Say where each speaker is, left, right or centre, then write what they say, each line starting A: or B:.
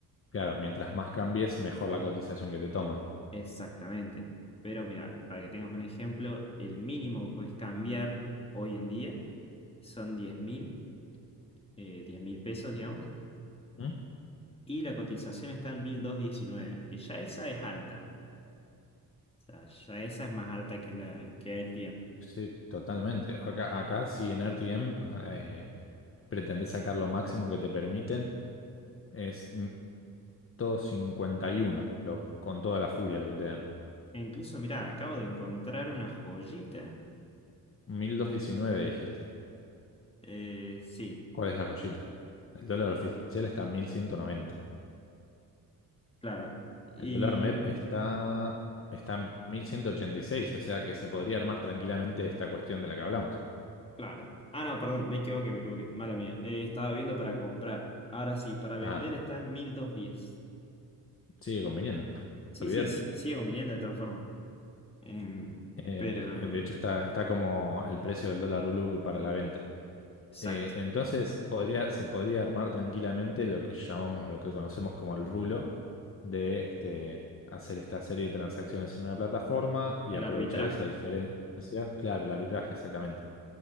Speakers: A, on the left; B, on the left.
A: claro, mientras más cambies, mejor la cotización que te toman.
B: Exactamente. Pero mira, para que tengas un ejemplo, el mínimo que puedes cambiar hoy en día son diez mil, eh, 10 mil pesos, digamos.
A: ¿Mm?
B: Y la cotización está en mil doscientos diecinueve que ya esa es alta. O sea, ya esa es más alta que la que el
A: Sí, totalmente. Acá, acá si en RTM eh, pretendés sacar lo máximo que te permiten, es 1151, lo, con toda la furia lo que te dan.
B: E incluso, mirá, acabo de encontrar una joyita.
A: 1219 dijiste.
B: Eh, sí,
A: ¿Cuál es la joyita? El dólar oficial está en 1190.
B: claro. Y,
A: El dólar MEP está, está en 1186, o sea que se podría armar tranquilamente esta cuestión de la que hablamos.
B: claro. Ah, no, perdón, me equivoqué, me equivoqué. Mala mía. Eh, estaba viendo para comprar. Ahora sí, para vender
A: Ah,
B: está en 1210.
A: sigue conviniendo, <laughs>
B: Sí,
A: olvídate.
B: sí, sí, sigue conviniendo de todas formas. Em,
A: Eh,
B: pero,
A: de hecho, está, está como el precio del dólar blue para la venta.
B: exacto.
A: Eh, entonces, podría, se podría armar tranquilamente lo que llamamos, lo que conocemos como el rulo, de este, hacer esta serie de transacciones en una plataforma y
B: El
A: aprovechar
B: arbitraje.
A: esa diferencia, claro, el arbitraje exactamente,